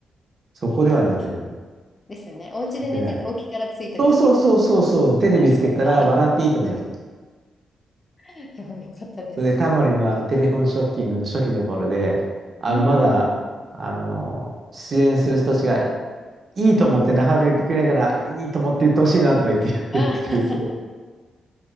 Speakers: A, on the right; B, on the left.
A: そこでは寝てない。
B: ですよね。お家で寝てて起きたらついてたってこと。
A: 寝てない。そうそうそうそうそう、テレビつけたら、
B: あ、よかった。
A: 笑っていいともやってた。
B: <laughs> よ、よかったです。
A: それで、タモリのあの、テレフォンショッキングの初期の頃で、あの、
B: うん。
A: まだ、あの出演する人たちが、いいと思ってなかなか言ってくれないから、いいと思って言ってほしいなとか言ってやってるっていう、
B: あ
A: そう、